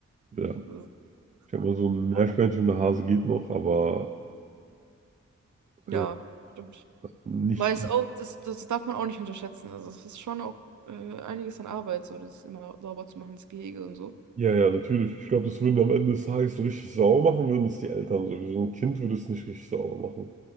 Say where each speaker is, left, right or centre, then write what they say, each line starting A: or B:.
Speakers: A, on the right (about 25°); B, on the right (about 75°).
A: ja.
B: Das
A: Ich sag mal, so ein
B: Ja,
A: Meerschweinchen und ein Hase geht noch, aber
B: ja,
A: äh,
B: stimmt.
A: nicht
B: Weil es auch, das, das darf man auch nicht unterschätzen. Also es ist schon auch äh, einiges an Arbeit, so das immer sauber zu machen, das Gehege und so.
A: Ja, ja, natürlich. Ich glaube, das würden am Ende des Tages so richtig sauer machen, würden es die Eltern sowieso. Ein Kind würde es nicht richtig sauer machen.